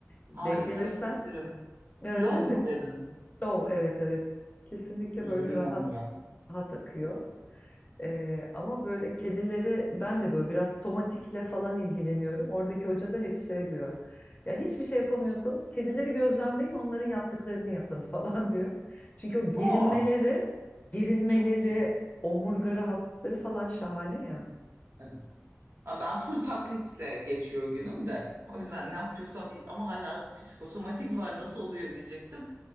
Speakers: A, on the left; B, on the right.
A: Denk
B: Aa izlemek
A: gelirsen
B: isterim.
A: evet
B: Plov
A: evet de-
B: mu dedin?
A: Flow evet evet kesinlikle
B: İzleyeyim
A: böyle rahat
B: onu ya.
A: rahat akıyor. Ee, ama böyle kedileri ben de böyle biraz tomatikle falan ilgileniyorum. Oradaki hoca da hep şey diyor. Ya hiçbir şey yapamıyorsanız kedileri gözlemleyin, onların yaptıklarını yapın <laughs> falan diyor. Çünkü o gerinmeleri,
B: Oo,
A: gerinmeleri,
B: çok iyi.
A: omurga rahatlıkları falan şahane ya.
B: Evet. Ha, Ben full taklitle geçiyor günüm de. O yüzden ne yapıyorsam ama hala psikosomatik var nasıl oluyor diyecektim.